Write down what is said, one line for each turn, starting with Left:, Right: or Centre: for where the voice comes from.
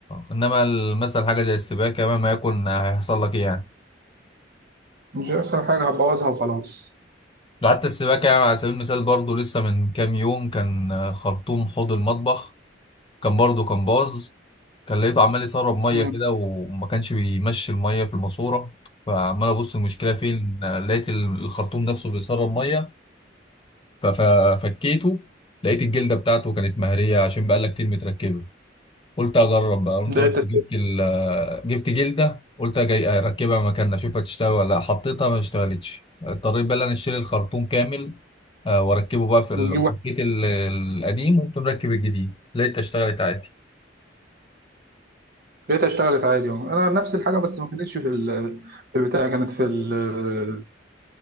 Left: انما ال- مثلا حاجة زي السباكة مهما يكون هيحصل لك ايه يعني
Right: مش هيحصل حاجة هبوظها وخلاص
Left: ده حتى السباكة يعني على سبيل المثال برضو لسه من كام يوم كان خرطوم حوض المطبخ كان برضو كان باظ كان لقيته عمال يسرب مية
Right: امم
Left: كده وما كانش بيمشي المية في الماسورة فعمال ابص المشكلة فين لقيت الخرطوم نفسه بيسرب مية ففكيته لقيت الجلدة بتاعته كانت مهرية عشان بقالها كتير متركبة قلت اجرب بقى قمت
Right: لقيت
Left: رحت
Right: أس-
Left: جبت ال- جبت جلده قلت جاي اركبها مكاننا اشوفها تشتغل ولا لا حطيتها ما اشتغلتش اضطريت بقى إن انا اشتري الخرطوم كامل آه، واركبه بقى في ال-
Right: بتجيب
Left: فكيت
Right: واحد
Left: ال- القديم وقمت مركب الجديد لقيتها اشتغلت عادي
Right: لقيتها اشتغلت عادي اهو انا نفس الحاجه بس ما كانتش في ال... في البتاع كانت في ال...